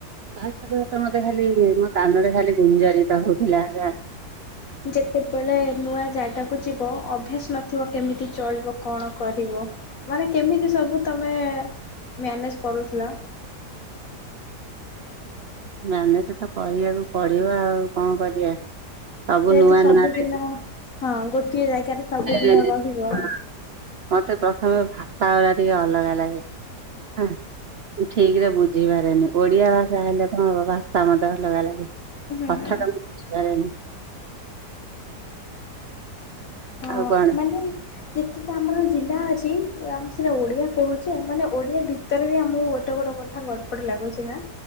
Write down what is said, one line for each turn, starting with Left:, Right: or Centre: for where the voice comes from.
Right: ଫାଷ୍ଟ ଫାଷ୍ଟ ମତେ ଖାଲି ମୋ କାନରେ ଖାଲି ଗୁଞ୍ଜରିତ ହଉଥିଲା ଗା
Left: ଯେତେ। ବେଳେ ନୂଆ ଜାଗାକୁ ଯିବ, ଅଭ୍ୟାସ ନଥିବ। କେମିତି ଚଳିବ କଣ କରିବ? ମାନେ, କେମିତି ସବୁ ତମେ ମ୍ୟାନେଜ୍ କରୁଥିଲ?
Right: ମ୍ୟାନେଜେ ତ କରିବାକୁ ପଡିବ ଆଉ, କଣ କରିବା? ସବୁ
Left: ଯେହେତୁ
Right: ନୂଆ
Left: ସବୁଦିନ
Right: ନୂଆ ଲାଗେ
Left: ହଁ ଗୋଟିଏ ଜାଗାରେ ସବୁଦିନ
Right: <inaudible>
Left: ରହିବ
Right: ହଁ ମତେ ପ୍ରଥମେ ଭାଷା ଗୁଡା ଟିକେ ଅଲଗା ଲାଗେ। ହଁ, ଠିକ୍ ରେ ବୁଝିପାରେନି। ଓଡିଆ ଭାଷା ହେଲେ ହଁ, ଭାଷା ମତେ ଅଲଗା ଲାଗେ।
Left: ହୁଁ
Right: କଥାଟା ମୁଁ ବୁଝିପାରେନି।
Left: ହଁ,
Right: ଆଉ କଣ
Left: ମାନେ ଯେତେଟା ଆମର ଜିଲ୍ଲା ଅଛି, ଆମେ ସେଇଟା ଓଡ଼ିଆ କହୁଚେ ମାନେ ଓଡ଼ିଆ ଭିତରେ ବି ଆମକୁ ଗୋଟେ ଗୋଟେ କରି ଗଡବଡ୍ ଲାଗୁଚି ନା,